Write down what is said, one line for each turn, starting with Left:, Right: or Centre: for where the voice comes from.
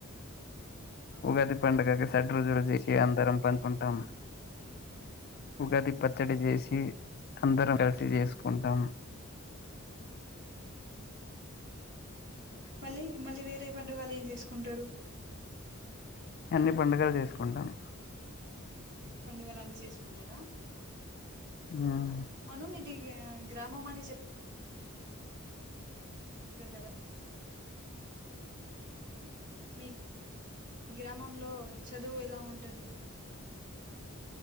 Right: అవునా
Left: ఉగాది పండుగకి స ర చేసి అందరం పంచకుంటాం ఉగాది పచ్చడి చేసి అందరం కలిసి చేసుకుంటాము
Right: మళ్ళీ మళ్ళీ వేరే పండుగలు ఏం చేసుకుంటారు
Left: అన్ని పండుగలు చేసుకుంటాను
Right: పండుగలన్నీ చేసుకుంటారా
Left: ఉమ్.
Right: అవును మీ ది గ్రామం అని చెప్ప కద మీ గ్రామంలో చదువు ఎలా ఉంటుంది